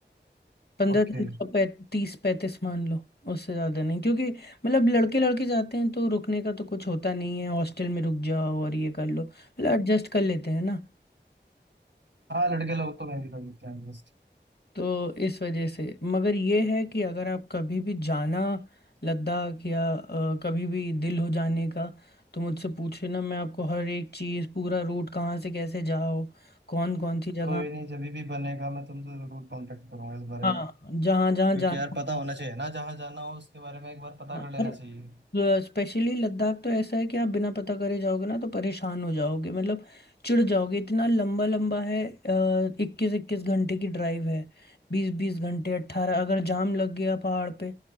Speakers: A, on the left; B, on the right.
A: पंद्रह
B: ओके
A: दिन का पै, तीस पैंतीस मान लो उससे ज़्यादा नहीं क्योंकि मतलब लड़के लड़के जाते हैं तो रुकने का तो कुछ होता नहीं है हॉस्टल में रुक जाओ और ये कर लो मतलब एडजस्ट कर लेते हैं ना
B: हाँ लड़के लोग तो मैं भी कर लेते हैं एडजस्ट
A: तो इस वजह से मगर ये है कि अगर आप कभी भी जाना लद्दाख या अ, कभी भी दिल हो जाने का तो मुझसे पूछे ना मैं आपको हर एक चीज़ पूरा रूट कहाँ से कैसे जाओ कौन कौन सी जगह
B: कोई नहीं जब भी बनेगा मैं तुमसे जरूर कांटेक्ट करूंगा इस बारे
A: हाँ
B: में
A: जहाँ जहाँ
B: क्योंकि
A: जाना
B: यार पता होना चाहिए ना जहाँ जाना हो उसके बारे में एक बार पता
A: हाँ,
B: कर लेना चाहिए
A: और स्पेशली लद्दाख तो ऐसा है कि आप बिना पता करे जाओगे ना तो परेशान हो जाओगे मतलब चिढ़ जाओगे इतना लंबा लंबा है इक्कीस इक्कीस घंटे की ड्राइव है बीस बीस घंटे अट्ठारह अगर जाम लग गया पहाड़ पे